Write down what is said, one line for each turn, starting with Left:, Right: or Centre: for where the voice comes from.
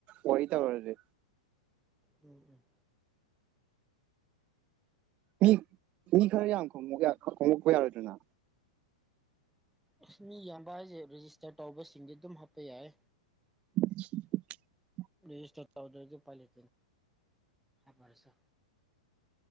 Right: ꯋꯥꯔꯤ ꯇꯧꯔꯁꯦ
Centre: ꯎꯝ ꯎꯝ
Right: ꯃꯤ ꯃꯤ ꯈꯔ ꯌꯥꯝ ꯈꯣꯡ ꯈꯣꯉꯣꯛꯄ ꯌꯥꯔꯣꯏꯗꯅ
Centre: ꯑꯁ ꯃꯤ ꯌꯥꯝꯕ ꯍꯥꯏꯁꯦ ꯔꯦꯖꯤꯁꯇꯔ ꯇꯧꯕꯁꯤꯡꯗꯤ ꯑꯗꯨꯝ ꯍꯥꯞꯄ ꯌꯥꯏ
Right: <unintelligible>
Centre: ꯔꯦꯁꯇꯔ ꯇꯗꯔꯒ ꯄꯅ ꯍꯥꯏꯔꯁ